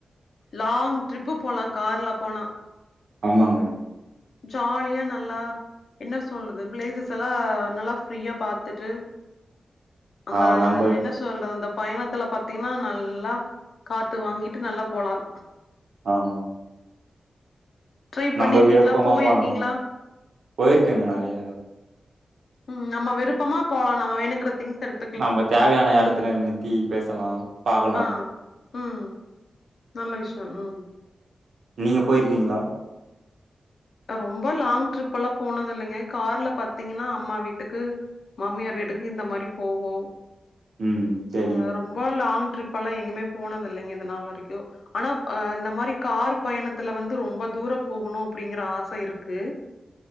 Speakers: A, on the left; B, on the right.
A: லாங் ட்ரிப்பு போலா கார்ல போனா
B: ஆமாங்க
A: ஜாலியா நல்லா என்ன சொல்றது பிளேசஸ் எல்லா நல்லா ஃப்ரீயா பாத்துட்டு அந்த
B: ஆ நம்ப
A: என்ன சொ சொல்ற இந்த பயணத்துல பாத்தீங்கன்னா நல்லா காத்து வாங்கிட்டு நல்லா போலாங்
B: ஆமா
A: ட்ரை
B: நம்ம
A: பண்ணிருக்கீங்களா
B: விருப்பமா
A: போயிருக்கீங்களா
B: போலா போயிருக்கங்க நெறைய
A: ம் நம்ம விருப்பமா போலாம் நம் வேணுங்கிற தி்ங்ஸ் எடுத்
B: நம்ம தேவையான இடத்துல நித்தி பேசலாம் பாக்கலாம்
A: ஆ ம் நல்ல விஷயம் ம்
B: நீங்க போயிருக்கீங்களா
A: நா ரொம்ப லாங் ட்ரிப் எல்லாம் போனது இல்லங்க கார்ல பாத்தீங்கன்னா அம்மா வீட்டுக்கு மாமியார் வீட்டுக்கு இந்த மாரி போவோம்
B: ம் சரிங்க
A: உ வேற ரொம்ப லாங் ட்ரிப் எல்லாம் எங்குமே போனது இல்லங்க இதனால் வரைக்கும் ஆனா அ இந்த மாரி கார் பயணத்துல வந்து ரொம்ப தூரோ போகணும் அப்டிங்கற ஆசை இருக்கு